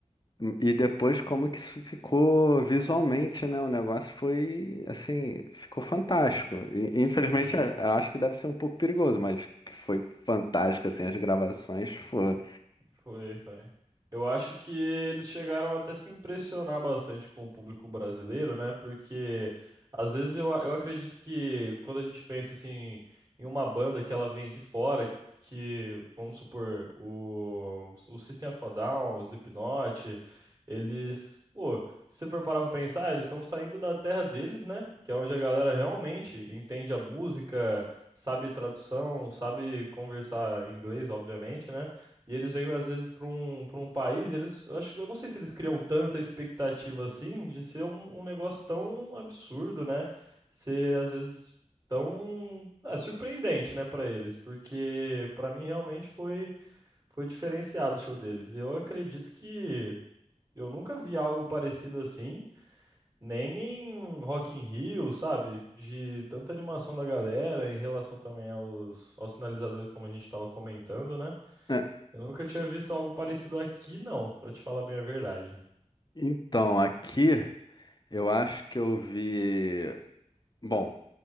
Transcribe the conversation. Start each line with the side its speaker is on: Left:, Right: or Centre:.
Left: E depois como que isso ficou visualmente, né? O negócio foi, assim, ficou fantástico. E, infelizmente,
Right: Sim.
Left: eu eu acho que deve ser um pouco perigoso, mas que foi fantástico, assim, as gravações foram.
Right: Foi, foi. Eu acho que eles chegaram até se impressionar bastante com o público brasileiro, né? Porque às vezes eu, a- eu acredito que quando a gente pensa assim em uma banda que ela vem de fora, que vamos supor o, o System of a Down, o Slipknot, eles, pô, se você for parar pra pensar, eles estão saindo da terra deles, né? Que é onde a galera realmente entende a música, sabe tradução, sabe conversar em inglês, obviamente, né? E eles vêm, às vezes, para um, para um país, eles, eu acho, eu não sei se eles criam tanta expectativa assim de ser um, um negócio tão absurdo, né? Ser, às vezes, tão ah, surpreendente, né, para eles, porque para mim realmente foi, foi diferenciado o show deles. Eu acredito que eu nunca vi algo parecido assim, nem em Rock in Rio, sabe? De tanta animação da galera em relação também aos, aos sinalizadores, como a gente estava comentando, né?
Left: É,
Right: Eu nunca tinha visto algo parecido aqui, não, pra te falar bem a verdade.
Left: Então, aqui eu acho que eu vi. Bom.